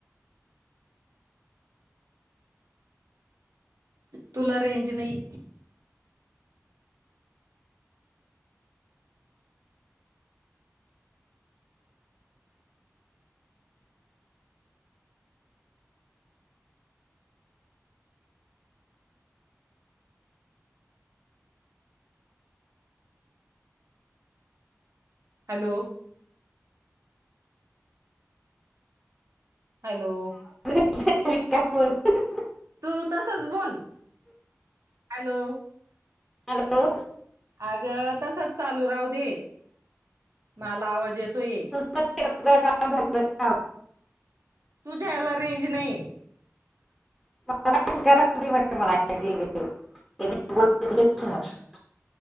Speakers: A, on the right; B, in the centre.
A: तुला रेंज नाही. हॅलो, हॅलो,
B: त्रिकपूरऽऽ
A: तू तसच बोल,, हॅलो,
B: हॅलो
A: अग ऽऽतसच चालू राहू दे. मला आवाज येतो ये.
B: तुमचं शेतातलं का?
A: तुझ्या याला रेंज नाही.
B: म,